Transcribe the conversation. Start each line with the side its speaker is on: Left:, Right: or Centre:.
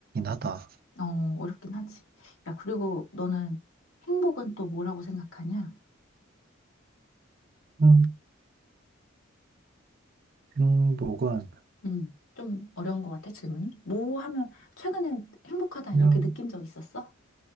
Right: 하다.
Left: 어, 어렵긴 하지. 야, 그리고 너는 행복은 또 뭐라고 생각하냐?
Right: 음, 행복은,
Left: 음, 좀 어려운 것 같아, 질문이. 뭐 하면 최근에 행복하다
Right: 그냥,
Left: 이렇게 느낀 적 있었어?